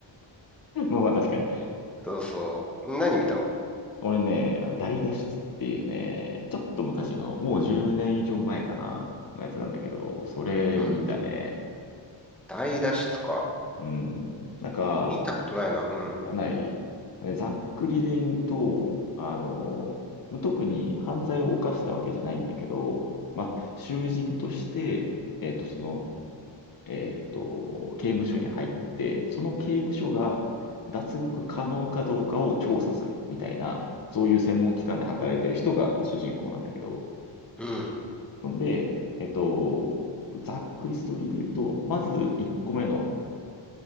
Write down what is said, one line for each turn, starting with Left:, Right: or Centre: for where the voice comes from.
Left: まあまあ確かに。
Centre: そうそう。何見たの
Left: 俺ね、あの大脱出っていうね、ちょっと昔の、もう10年以上前かな、のやつなんだけど、それを見たね。
Centre: うん。大脱出か。
Left: うん。なんか、
Centre: 見たことないな。うん。
Left: かない、ざっくりで言うと、あの、特に犯罪を犯したわけじゃないんだけど、まあ、囚人として、えっと、その、えっと、刑務所に入って、その刑務所が脱獄可能かどうかを調査するみたいな、そういう専門機関で働いてる人が主人公なんだけど、
Centre: うん。
Left: ほんで、えっと、ざっくりストーリーで言うと、まず1個目の、